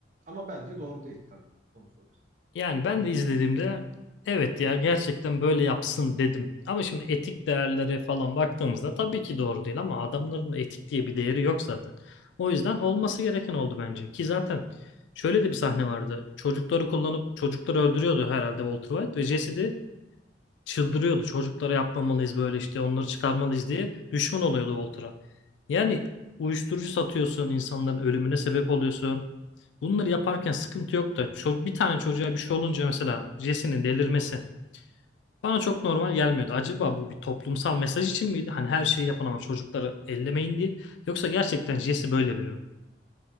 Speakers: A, on the right (about 45°); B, on the left (about 75°).
A: Ama bence doğru değil tabii onu soruyorsun.
B: Yani ben de izlediğimde evet ya gerçekten böyle yapsın dedim. Ama şimdi etik değerlere falan baktığımızda tabii ki doğru değil ama adamların da etik diye bir değeri yok zaten. O yüzden olması gereken oldu bence. Ki zaten şöyle de bir sahne vardı. Çocukları kullanıp çocukları öldürüyordu herhalde Walter White ve Jesse de çıldırıyordu. Çocuklara yapmamalıyız böyle işte onları çıkarmalıyız diye düşman oluyordu Walter'a. Yani uyuşturucu satıyorsun, insanların ölümüne sebep oluyorsun. Bunları yaparken sıkıntı yok da ço- bir tane çocuğa bir şey olunca mesela Jesse'nin delirmesi bana çok normal gelmiyordu. Acaba bu bir toplumsal mesaj için miydi? Hani her şeyi yapın ama çocukları ellemeyin diye. Yoksa gerçekten Jesse böyle biri mi?